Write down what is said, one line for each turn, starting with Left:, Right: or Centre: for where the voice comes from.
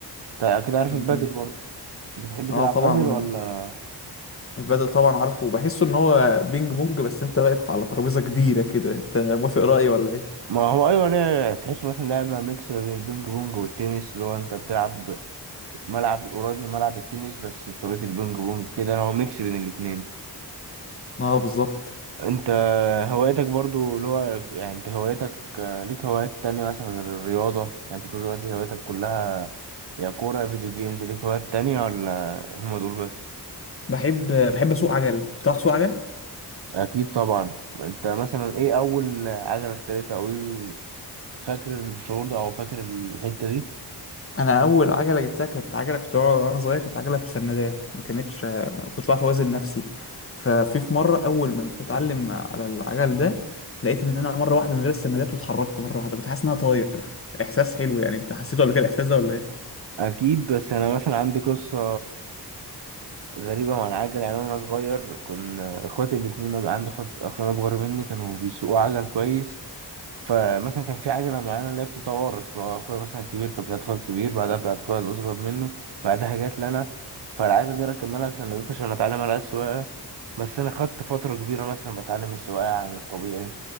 Right: أنت أكيد عارف
Left: مم.
Right: البادل برضه بتحب
Left: اه
Right: تلعب
Left: طبعا
Right: بادل ولا
Left: البدل طبعا عارفه بحسه ان هو بينج بونج بس انت واقف على ترابيزة كبيرة كده انت موافق رأيي ولا ايه؟
Right: ما هو أيوة لا تحس مثلا لعبة ميكس ما بين البينج بونج والتنس اللي هو أنت بتلعب في ملعب قريب من ملعب التنس بس بطريقة البينج بونج كده هو ميكس بين الاتنين
Left: اه بالظبط
Right: انت هوايتك برضو اللي هو يعني انت هوايتك ليك هوايات تانية مثلا غير الرياضة يعني انت بتقول دلوقتي هوايتك كلها يا كورة يا فيديو جيمز ليك هوايات تانية ولا هما دول بس
Left: بحب بحب اسوق عجل بتعرف تسوق عجل
Right: اكيد طبعا انت مثلا ايه اول عجلة اشتريتها او ايه فاكر الشعور ده او فاكر الحتة دي
Left: انا اول عجله جبتها كانت عجله كنت وانا صغير كانت عجله بسندات ما كانتش ما كنتش بعرف اوازن نفسي ففي في مره اول ما جيت اتعلم على العجل ده لقيت ان انا مره واحده من غير السندات واتحركت مره واحده كنت حاسس ان انا طاير احساس حلو يعني انت حسيته قبل كده الاحساس ده ولا ايه
Right: اكيد بس انا مثلا عندي قصة غريبة مع العجل يعني انا صغير كنا اخواتي الاتنين عندي اخوات اخين اكبر مني كانوا بيسوقوا عجل كويس فمثلا كان في عجلة معينة اللي هي بتتوارث لو أخويا مثلا كبير كانت بتاعت أخويا الكبير بعدها بتاعت أخويا الأصغر منه بعدها جات لنا فالعجلة دي ركبنا لها سندوتش عشان أتعلم عليها السواقة بس أنا خدت فترة كبيرة مثلا بتعلم السواقة عن الطبيعي